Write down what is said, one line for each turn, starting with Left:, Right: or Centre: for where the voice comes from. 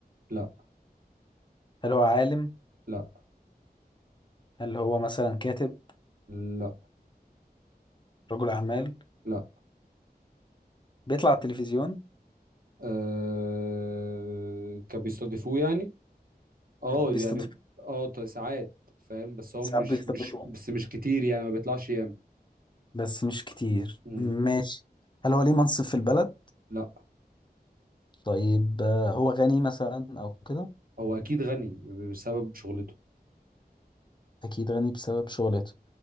Right: لا
Left: هل هو عالم
Right: لا
Left: هل هو مثلا كاتب
Right: لا
Left: رجل اعمال
Right: لا
Left: بيطلع على التلفزيون
Right: آه... كان بيستضيفوه يعني اه
Left: بيستضيف
Right: يعني اه ط- ساعات فاهم بس هو
Left: ساعات
Right: مش
Left: بيستضيف
Right: مش بس مش كتير يعني ما بيطلعش ياما
Left: بس مش كتير
Right: مم.
Left: ماشي هل هو ليه منصب في البلد
Right: لا
Left: طيب آه، هو غني مثلا او كده
Right: هو اكيد غني بسبب شغلته
Left: اكيد غني بسبب شغلته